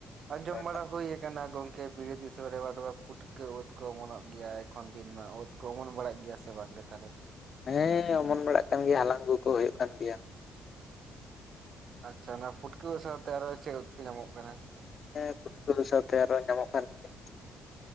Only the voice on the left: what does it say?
ᱚᱲᱟᱜ᱾
ᱦᱮᱸ ᱚᱢᱚᱱ ᱵᱟᱲᱟᱜ ᱠᱟᱱ ᱜᱮᱭᱟ ᱦᱟᱞᱟᱝ ᱟᱹᱜᱩ ᱠᱚ ᱦᱩᱭᱩᱜ ᱠᱟᱱ ᱜᱮᱭᱟ᱾
ᱦᱸ ᱯᱷᱩᱴᱠᱟᱹ ᱫᱚ ᱥᱟᱶᱛᱮ ᱟᱨᱚ ᱧᱟᱢᱚᱜ ᱠᱟᱱ ᱜᱮᱭᱟ